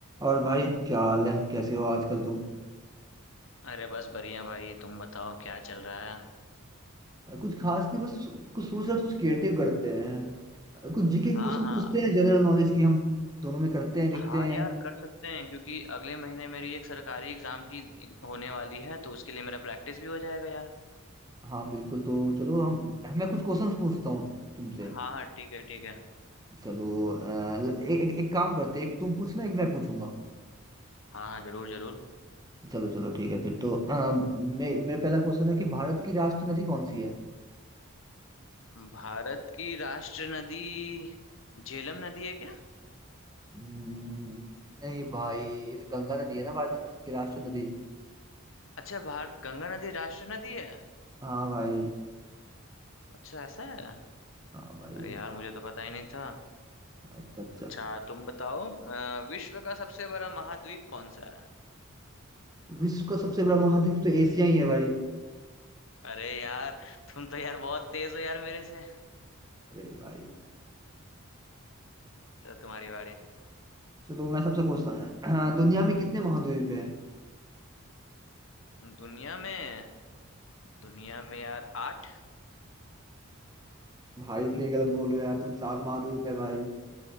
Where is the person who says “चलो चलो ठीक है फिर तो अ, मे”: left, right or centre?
Right